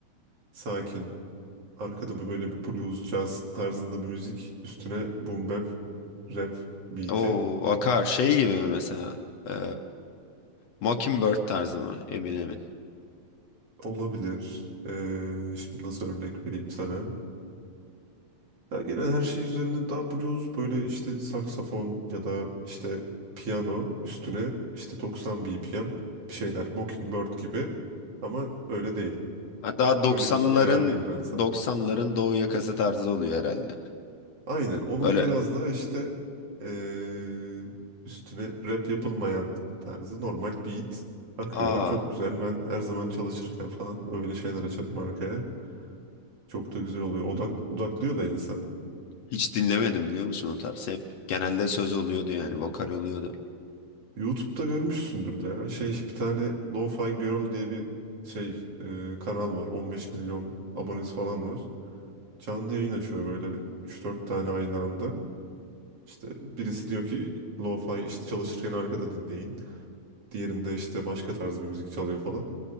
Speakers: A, on the right; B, on the left.
A: sakin, arkada bir böyle bir blues, jazz tarzında bir müzik. Üstüne boom bap, rap beat'i
B: o akar şey gibi mi mesela e, Mockingbird tarzı mı emin emin
A: olabilir. Ee, şimdi nasıl örnek vereyim sana? Ya genel her şey üzerinde daha blues böyle işte saksafon ya da işte piyano üstüne işte 90 BPM bir şeyler Mockingbird gibi ama öyle değil.
B: Hatta doksanların
A: Öyle bir şey ayarlayayım ben sana.
B: doksanların doğu yakası tarzı oluyor herhalde.
A: Aynen onun
B: Böyle
A: biraz da işte eee, üstüne rap yapılmayan tarzı normal beat akıyor.
B: Aa
A: Çok güzel ben her zaman çalışırken falan öyle şeyler açarım arkaya. Çok da güzel oluyor. Odak, odaklıyor da insanı.
B: Hiç dinlemedim biliyor musun o tarz? Hep genelde söz oluyordu yani vokal oluyordu.
A: YouTube'da görmüşsündür de ya. Şey bir tane Lo-Fi Girl diye bir şey eee, kanal var. 15 milyon abonesi falan var. Canlı yayın açıyor böyle üç dört tane aynı anda. İşte birisi diyor ki Lo-Fi işte çalışırken arkada dinleyin. Diğerinde işte başka tarz bir müzik çalıyor falan.